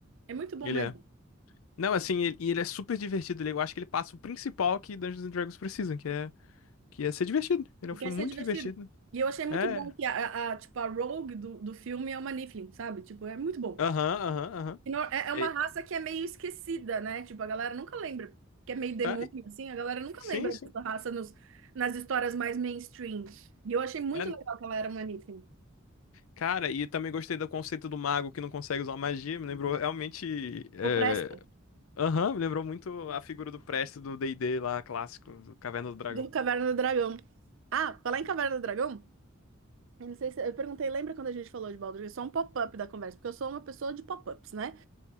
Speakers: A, on the right (about 70°); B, on the left (about 80°).
A: É muito bom
B: Ele
A: mesmo.
B: é. Não, assim, ele, e ele é super divertido. Ele- eu acho que ele passa o principal que Dungeons and Dragons precisa, que é, que é ser divertido. Ele é um filme
A: Quer ser
B: muito
A: divertido.
B: divertido.
A: E eu achei muito
B: É.
A: bom que a, a- a, tipo, a Rogue do, do filme é uma Niflin, sabe? Tipo, é muito bom.
B: Aham, aham, aham.
A: Que não- É é
B: É-
A: uma raça que é meio esquecida, né? Tipo, a galera nunca lembra, que é meio demônio,
B: ah, e-
A: assim, a galera nunca
B: sim,
A: lembra
B: sim.
A: dessa raça nos, nas histórias mais mainstream. E eu achei muito
B: É,
A: legal que ela era uma Niffin.
B: cara, e também gostei do conceito do mago que não consegue usar magia. Me lembrou realmente. é,
A: O Presto,
B: Aham, me lembrou muito a figura do Presto do D&D lá, clássico, do Caverna do Dragão.
A: do Caverna do Dragão. Ah, falar em Caverna do Dragão, eu não sei se... Eu perguntei, lembra quando a gente falou de Baldur's Gate? Só um pop-up da conversa, porque eu sou uma pessoa de pop-ups, né?